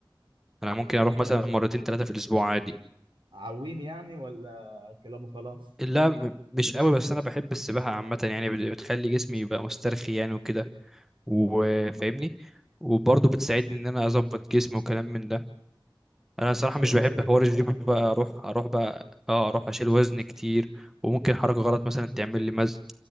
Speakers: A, in the centre; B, on the right (about 80°).
A: انا ممكن
B: إيه
A: اروح
B: انت
A: مثلا مرتين ثلاثه في الاسبوع عادي
B: عويم يعني ولا كلامه خلاص
A: لا م- مش قوي بس انا بحب السباحه عامه يعني بت- بتخلي جسمي يبقى مسترخي يعني وكده وفاهمني
B: امم
A: وبرضه بتساعدني ان انا اظبط جسمي وكلام من ده انا صراحه
B: ايوه
A: مش بحب
B: ايوه
A: حوار
B: هي الصراحه
A: الجيم بقى
B: حلوه
A: اروح اروح بقى اه اروح اشيل وزن كتير وممكن حركه غلط مثلا تعمل لي مزق